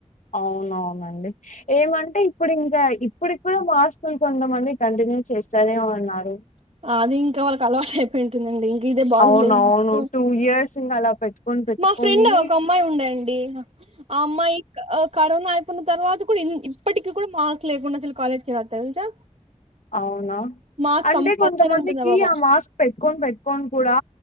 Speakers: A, on the left; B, on the right.
A: అవునవునండి ఏమంటే ఇప్పుడు ఇంకా ఇప్పుడు మాస్కులు కొంతమంది కంటిన్యూ చేస్తారే అన్నారు
B: అది ఇంకా వాళ్ళకి అలవాటు అ ఉంటుందండి ఇంక ఇదే బాగులేదు
A: అవునవును.
B: నాకు
A: ఇయర్స్ ఇంక అలా పెట్టుకొని పెట్టుకొని
B: మా ఫ్రెండ్ ఒక అమ్మాయి ఉండండి ఆ అమ్మాయి కరోనా అయిపోయిన తర్వాత కూడా ఇప్పటికీ కూడా మాస్క్ లేకుండా అసలు కాలేజ్కి రాదు తెలుసా
A: అవును
B: మార్క్స్
A: అంటే
B: కంపల్సరీ
A: కొంత మందికి
B: ఉంటుందా బాబా
A: ఆ మాస్క్ పెట్ పెట్టుని కూడా